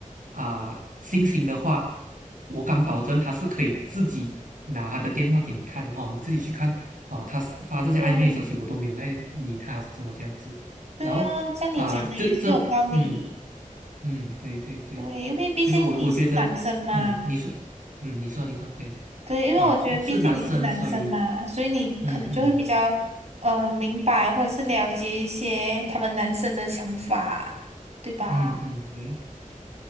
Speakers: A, on the right; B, on the right.
A: 啊、信心的话，我敢保证他是可以自己拿他的电话给你看的哦，你自己去看哦，他发这些暧昧的消息我都没有在理他什么这样子。
B: 对，对啊，
A: 然后啊，
B: 像你讲的也是有道理。
A: 这这，嗯嗯，对对对，
B: 对，因为毕竟你是男生嘛，
A: 就我我觉得，嗯，你说，嗯，你说你说可以，
B: 对，因为我觉得毕竟你是男生嘛，
A: 啊，是男生，所以，
B: 所以你可能就会比较呃明白或者是了解一些他们男生的想法，
A: 嗯嗯
B: 对吧？
A: 嗯嗯，对